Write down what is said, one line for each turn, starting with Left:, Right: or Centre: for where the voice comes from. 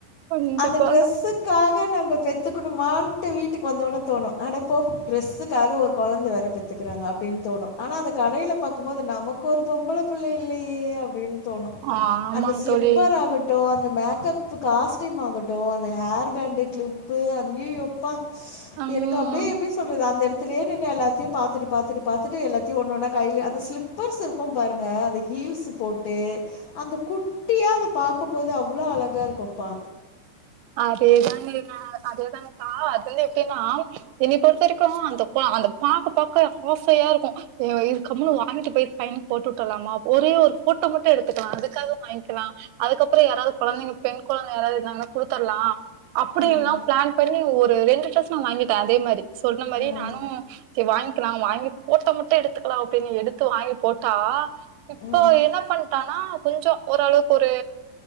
Right: கண்டிப்பா
Left: அந்த ட்ரஸ்ஸு க்காக நம்ம பெத்துக்குணுமான்ட்டு வீட்டுக்கு வந்தோன்னே தோணு அடப்போ டரெஸ்ஸுக்காக ஒரு கொழந்த வேற பெத்துக்கிறாங்க அப்டின்னு தோணு ஆனா அந்த கடைல பாக்குபோது நமக்கு ஒரு பொம்பளபுள்ள இல்லயே அப்படின் தோணு
Right: ஆமாங்
Left: அந்த ஸ்லிப்பராகட்
Right: தோழி
Left: ட்டு அந்த மேக்கப்பு காஸ்டீமாகட்டும் அந்த ஹேர் பேண்ட் கிளிப்பு அய்யயோ ப்பா
Right: ம்
Left: எனக்கு அ ப்டியே எப்டி சொல்றது அந்த எடத்துலே நின்னு எல்லாத்தியு பாத்துட்டு பாத்துட்டு பாத்துட்டு எல்லாத்தயு ஒன்னன்னா கைல அந்த ஸ்லிப் ப்பர்ஸ்ருக்கு இருக்கும் பாருங்க அந்த ஹீல்ஸ் போட்டு அந்த குட்டியா அத பாக்குபோது அவ்ளோ அழகாருக்குப்பா
Right: அதேதாங்க க அதேதா ஆ அதுலெப்டினா என்னிய பொறுத்தரைக்கு அந்த அந்த பா பாக்க ஆசையாருக்கு இது கம்முன்னு வாங்கிட்டு போய் பையனுக் போட்டு வுட்டுட்லாமா ஒரே ஒரு ஃபோட்டோ மட்டு எடுத்துக்கலா அதுக்காக வாங்கிக்கலா அதுக்கப்றோ யாராது கொழந்தைங்க பெண் கொழந்த யாராது இருந்தாங்கன்னா குடுத்தர்லா அப்படில்லா
Left: ம்
Right: பிளான் பண்ணி ஒரு ரெண்டு ட்ரெஸ் நா வாங்கிட்டேன் அதே மாறி சொன்ன மாறியே
Left: ம்
Right: நானு கேர் வாங்கிக்லா வாங்கி போட்டோ முட்டு எடுத்துக்கலா அப்டின்னு எடுத்து வாங்கி போட்டா இப்போ
Left: ம்
Right: என்ன பண்ட்டானா கொஞ்சோ ஓரளவுக்கு ஒரு